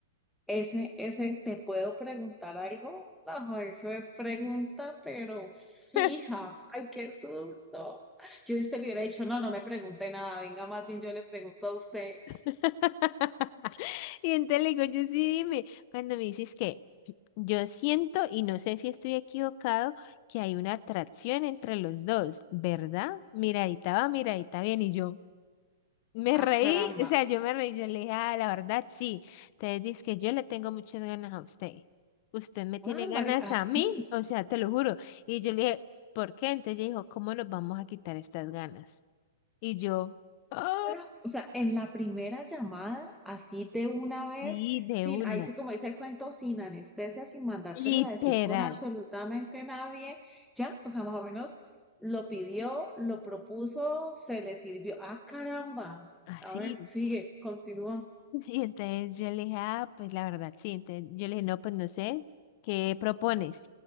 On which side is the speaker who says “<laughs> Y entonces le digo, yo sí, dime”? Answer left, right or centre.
Left